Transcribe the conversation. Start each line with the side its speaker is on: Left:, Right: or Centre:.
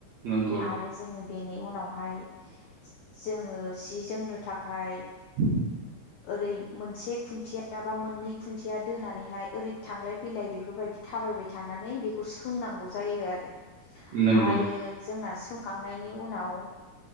Right: नंगौ
Left: आरो जोङो बेनि उनावहाय जोङो सि जोंनो थाखाय
Right: <inaudible>
Left: ओरै मोनसे खुन्थिया बा मोननै खुन्थिया दोनानैहाय ओरै थांलाय फैलाय बेफोरबायदि थाबायबाय थानानै बेखौ सोंनांगौ जायो आरो
Right: नंगौ
Left: आरो जोंना सोंखांनायनि उनाव